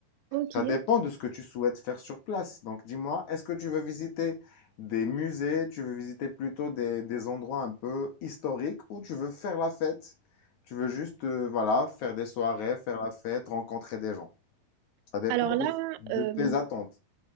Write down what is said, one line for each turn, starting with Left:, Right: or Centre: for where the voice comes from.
Right: Ok.
Left: Ça dépend de ce que tu souhaites faire sur place. Donc dis-moi, est-ce que tu veux visiter des musées, tu veux visiter plutôt des, des endroits un peu historiques ou tu veux faire la fête? Tu veux juste, euh, voilà, faire des soirées, faire la fête, rencontrer des gens. Ça dépend
Right: Alors là,
Left: de, de
Right: euh,
Left: tes attentes.